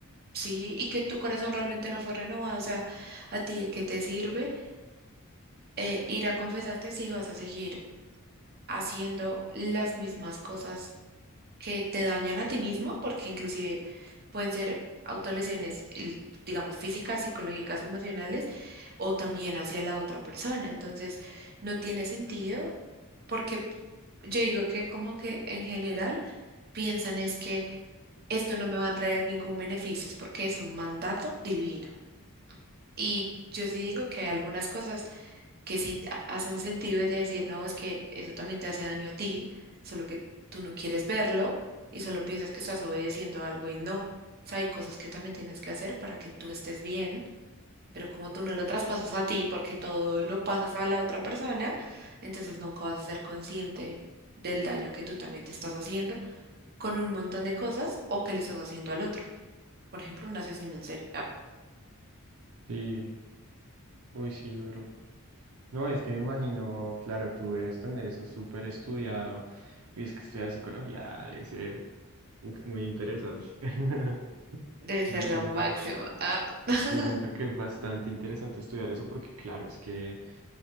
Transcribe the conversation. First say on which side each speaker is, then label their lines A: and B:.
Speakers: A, on the right; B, on the right.
A: sí y que tu corazón realmente no fue renovado. O sea, ¿a ti de qué te sirve eh, ir a confesarte si vas a seguir haciendo las mismas cosas? que te dañan a ti mismo, porque inclusive pueden ser autolesiones, el- digamos, físicas, psicológicas o emocionales, o también hacia la otra persona. Entonces, no tiene sentido porque p- yo digo que como que en general piensan es que esto no me va a traer ningún beneficio, es porque es un mandato divino. Y yo sí digo que hay algunas cosas que sí ha- hacen sentido es de decir, no, es que eso también te hace daño a ti, solo que tú no quieres verlo y solo piensas que estás obedeciendo algo y no. O sea, hay cosas que también tienes que hacer para que tú estés bien, pero como tú no lo traspasas a ti porque todo lo pasas a la otra persona, entonces nunca vas a ser consciente del daño que tú también te estás haciendo con un montón de cosas o que le estás haciendo al otro. Por ejemplo, un asesino en serie. Ah,
B: Sí, uy, sí, duro. No, es que me imagino, claro, tú debes tener eso súper estudiado. Y es que estudiar psicología debe ser uf, muy interesante. <laughs>
A: debe
B: Yo
A: ser
B: siento,
A: lo máximo. Ah. <laughs>
B: yo siento que es bastante interesante estudiar eso porque, claro, es que,